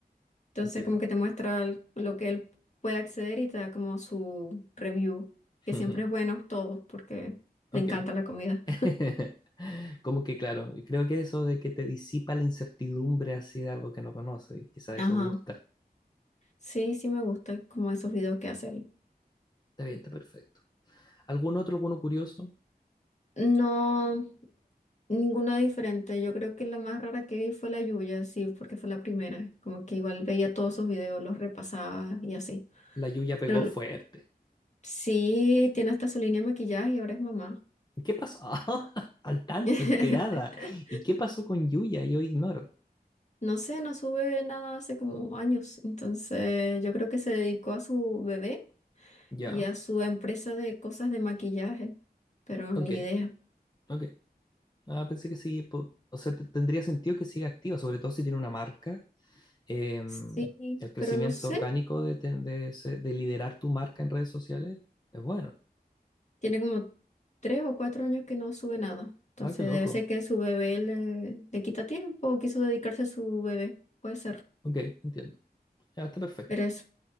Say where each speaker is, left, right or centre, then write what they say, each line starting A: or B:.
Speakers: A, on the left; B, on the left.
A: Entonces
B: Entiendo.
A: como que te muestra el- lo que él puede acceder y te da como su review, que
B: <laughs>
A: siempre es bueno todo porque
B: Ok.
A: le encanta la comida.
B: <laughs> Como que claro, y creo que eso de que te disipa la incertidumbre así de algo que no conoces, y quizás
A: Ajá.
B: eso gusta.
A: Sí, sí me gusta como esos videos que hace él.
B: Está bien, está perfecto. ¿Algún otro, alguno curioso?
A: No, ninguna diferente. Yo creo que la más rara que vi fue la Yuya, sí, porque fue la primera. Como que igual veía todos sus videos, los repasaba y así.
B: La Yuya pegó
A: Pero
B: fuerte.
A: l- sí, tiene hasta su línea de maquillaje y ahora es mamá.
B: ¿Qué pasó? <laughs> Al tanto,
A: <laughs>
B: enterada. ¿Y qué pasó con Yuya? Yo ignoro.
A: No sé, no sube nada hace como años. Entonces, yo creo que se dedicó a su bebé
B: Ya.
A: y a su empresa de cosas de maquillaje, pero
B: Ok,
A: ni idea.
B: ok. Ah, pensé que sí, po- o sea, te- tendría sentido que siga activa, sobre todo si tiene una marca. Em,
A: Sí,
B: el crecimiento
A: pero no sé,
B: orgánico de, ten- de, se- de liderar tu marca en redes sociales es bueno.
A: tiene como tres o cuatro años que no sube nada. Entonces,
B: Ah, qué loco.
A: debe ser que su bebé le, le quita tiempo o quiso dedicarse a su bebé. Puede ser.
B: Ok, entiendo. Ya está perfecto.
A: Pero eso,